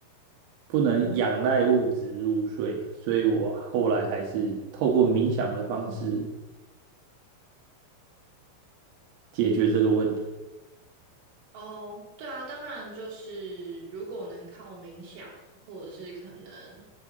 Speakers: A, on the right; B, on the right.
A: 不能仰赖物质入睡，所以我后来还是透过冥想的方式解决这个问题。
B: 哦，对啊，当然就是如果能靠冥想，或者是可能